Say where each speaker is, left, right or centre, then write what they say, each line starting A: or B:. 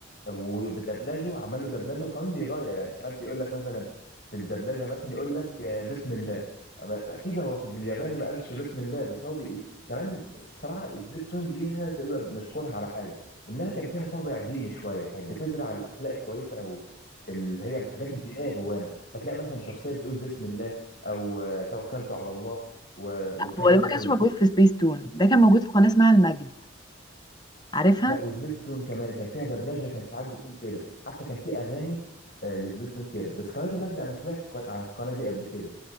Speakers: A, on the left (about 50°); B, on the left (about 20°).
A: وبدبلجه عمل له دبلجه وكمان بيغير يعني ساعات يقول لك مثلا في الدبلجه مثلا يقول لك آه، بسم الله أما اكيد هو في الياباني ما قالش بسم الله بس هو بي... كمان بس صراحه سبيستون ليها تقدر نشكرها على حاجه انها كان فيها طابع ديني شويه كانت بتزرع الاخلاق الكويسه او اللي هي الحاجات الدينيه جوانا فتلاقي مثلا شخصيه بتقول بسم الله او آه، توكلت على الله و- والكلام
B: هو ده ما
A: ده كله
B: كانش موجود في سبيس تون ده كان موجود في قناة اسمها المجد عارفها
A: لا وسبيستون كمان كان فيها دبلجه كانت ساعات بيكون كده حتى كان في اغاني آه، لسبيستون كده بس قناه المجد انا سمعت الق- عن القناه دي قبل كده